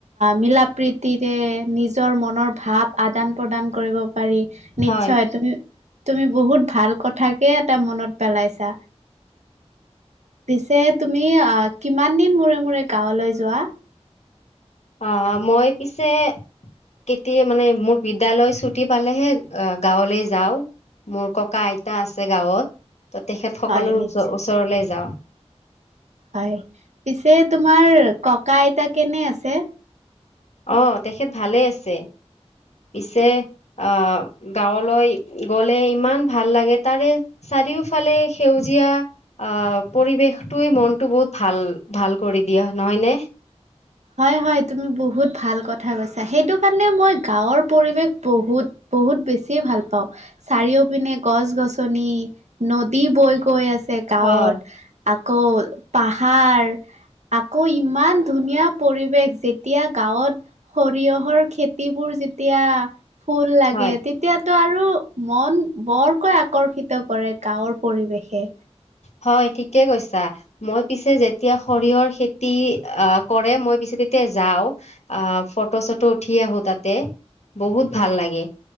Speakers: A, on the right; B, on the left.
A: মিলা প্ৰীতিৰে নিজৰ মনৰ ভাৱ আদান প্ৰদান কৰিব পাৰি নিশ্চয়
B: হয়
A: তুমি তুমি বহুত ভাল কথাকে এটা মনত পেলাইছা পিছে তুমি কিমান দিন মূৰে মূৰে গাঁৱলৈ যোৱা
B: অ মই পিছে কেতিয়া মানে মোৰ বিদ্যালয় ছুটি পালেহে গাঁৱলৈ যাওঁ মোৰ ককা আইতা আছে গাঁৱত ত তেখেত সকলো
A: হয়
B: ওচ
A: নিশ্চয়
B: ওচৰলে যাওঁ
A: হয় পিছে তোমাৰ ককা আইতা কেনে আছে
B: অ তেখেত ভালে আছে পিছে অহ গাঁৱলৈ গলে ইমান ভাল লাগে তাৰে চাৰিওফালে সেউজীয়া আহ পৰিৱেশটোৱে মনটো বহুত ভাল ভাল কৰি দিয়ে নহয়নে
A: হয় হয় তুমি বহুত ভাল কথা কৈছা সেইটো কাৰণে মই গাঁৱৰ পৰিৱেশ বহুত বহুত বেছিয়ে ভাল পাওঁ চাৰিওপিনে গছ-গছনি, নদী বৈ গৈ আছে গাঁৱত
B: হয়
A: আকৌ পাহাৰ আকৌ ইমান ধুনীয়া পৰিৱেশ যেতিয়া গাঁৱত সৰিয়হৰ খেতিবোৰ যেতিয়া ফুল লাগে
B: হয়।
A: তেতিয়া তো আৰু মন বৰকৈ আকৰ্ষিত কৰে গাঁৱৰ পৰিৱেশে
B: হয় ঠিকে কৈছা মই পিছে যেতিয়া সৰিয়হৰ খেতি অ কৰে মই পিছে তেতিয়া যাওঁ অহ ফটো চটো উঠি আহো তাতে বহুত ভাল লাগে